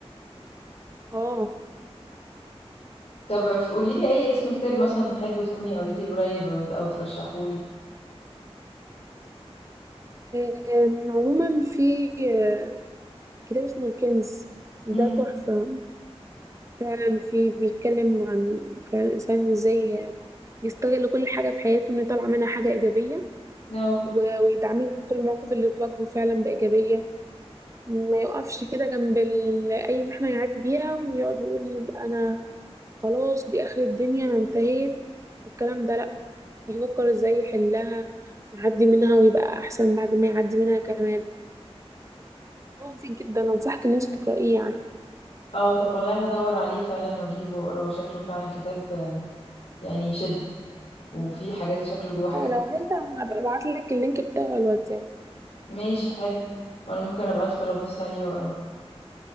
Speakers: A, on the right (about 30°); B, on the left (about 70°).
A: اه
B: طب قولي لي اي اسم كتاب مثلا حلو تكوني قريتيه قريب او ترشحهولي
A: آم، عموما في آه، كتاب اسمه الكنز ده
B: امم
A: تحفة فعلا في بيتكلم عن فعلا الإنسان ازاي يستغل كل حاجة في حياته انه يطلع منها حاجة إيجابية
B: اه
A: و- ويتعامل مع كل المواقف اللي تواجهه فعلا بإيجابية ما يقفش كده جنب ال- أي محنة يعدي بيها ويقعد يقول أنا خلاص دي آخر الدنيا أنا انتهيت والكلام ده لأ يفكر ازاي يحلها يعدي منها ويبقى أحسن بعد ما يعدي منها كمان هو مفيد جدا أنصحك إن انت تقرأيه يعني
B: اه طب والله هدور عليه فعلا واجيبه واقراه شكله فعلا كتاب آه، يعني يشد وفيه حاجات شكله جواه حاجات
A: اه لو عايزة هبقى ابعتلك اللينك بتاعه على الواتساب
B: ماشي حلو وانا ممكن ابقى ادخل ابص عليه واقراه